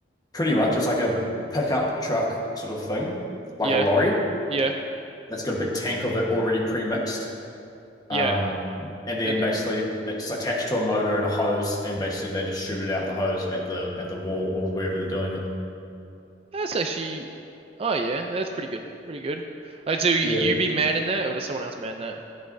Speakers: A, on the left; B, on the right.
A: Pretty much, it's like a pickup truck sort of thing, like
B: Yeah,
A: a lorry
B: yeah,
A: that's got a big tank of it already pre-mixed.
B: yeah.
A: Um, and then
B: And then,
A: basically it's attached to a motor and a hose, and basically they just shoot it out the hose at the at the wall or wherever they're doing it.
B: that's actually, oh yeah, that's pretty good, pretty good. Oh, so you
A: Yeah.
B: you be manning that, or does someone else man that?